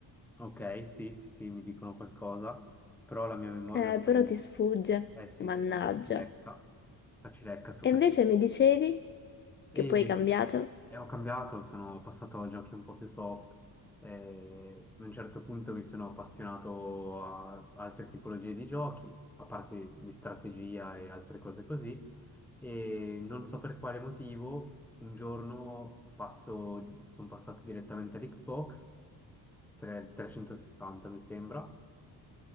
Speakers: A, in the centre; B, on the left.
A: ok, sì sì sì, mi dicono qualcosa, però la mia memoria
B: Eh,
A: ormai,
B: però ti sfugge,
A: eh sì
B: mannaggia.
A: sì, ci lecca, ci lecca su
B: E
A: questo.
B: invece mi dicevi
A: E,
B: che poi hai cambiato?
A: e ho cambiato, sono passato a giochi un po' più soft. E a un certo punto mi sono appassionato a altre tipologie di giochi, a parte di strategia e altre cose così. E non so per quale motivo, un giorno passo, sono passato direttamente all'Xbox 3- 360, mi sembra